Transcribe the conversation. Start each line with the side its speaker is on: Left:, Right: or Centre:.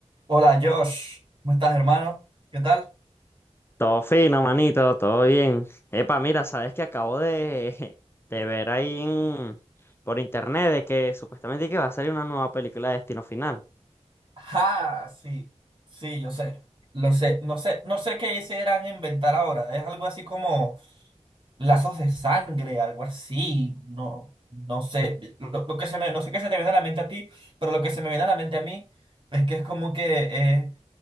Right: Hola Josh, ¿cómo estás hermano? ¿Qué tal?
Left: Todo fino, manito, todo bien. Epa, mira, sabes que acabo de, <laughs> de ver ahí en- por internet de que supuestamente que va a salir una nueva película de Destino Final.
Right: Ah, sí, sí, yo sé. Lo sé, no sé, no sé qué se irán a inventar ahora. Es algo así como lazos de sangre, algo así. No, no sé. Lo, lo que se me, no sé qué se te viene a la mente a ti, pero lo que se me viene a la mente a mí es que es como que eh,